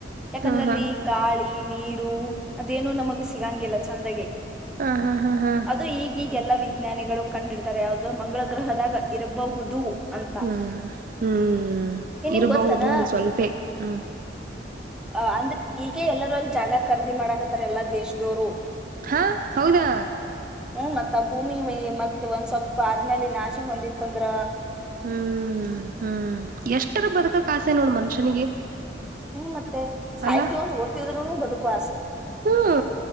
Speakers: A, in the centre; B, on the right.
A: ಯಾಕಂದ್ರೆ
B: ಹಾ ಹಾ
A: ಅಲ್ಲಿ ಗಾಳಿ ನೀರು ಅದೇನು ನಮಗ ಸಿಗಂಗಿಲ್ಲ ಚಂದಗೆ
B: ಹ ಹಾ ಹಾ್ ಹಾ
A: ಅದು ಈಗೀಗ್ ಎಲ್ಲಾ ವಿಜ್ಞಾನಿಗಳು ಕಂಡಿಡ್ತಾರೆ ಯಾವು್ದೋ ಮಂಗಳ ಗ್ರಹದಾಗ ಇರಬಹುದು ಅಂತ.
B: ಹ್ಮ್ ಹ್ಮ್
A: ಏ ನಿಂಗ್
B: ಇರ್ಬಹುದು
A: ಗೊತ್ತನ
B: ಸ್ವಲ್ಪೇ ಹ್ಮ್
A: ಅ ಅಂದ್ರೆ ಈಗ ಎಲ್ಲರೂ ಅಲ್ಲಿ ಜಾಗ ಖರೀದಿ ಮಾಡಕತ್ತಾರ ಎಲ್ಲಾ ದೇಶದವರು
B: ಹಾ ಹೌದಾ
A: ಹ್ಮ್ ಮತ್ ಆ ಭೂಮಿ ಮತ್ತೆ ಒಂದ್ ಸ್ವಲ್ಪ ಆದ್ಮೇಲೆ ನಾಶ ಹೊಂದಿತ್ತ ಅಂದ್ರ
B: ಹ್ಮ್ ಹ್ಮ್ ಎಷ್ಟರ ಬದಕ ಕಾಸೆ ನೋಡ್ ಮನುಷ್ಯನಿಗೆ
A: ಹ್ಮ್ ಮತ್ತೆ ಸಹ್ತಿ
B: ಅಲ್ಲ
A: ಒಂದು ಓದ್ತಿದ್ರುನು ಬದುಕುವ ಆಸೆ
B: ಹ್ಮ್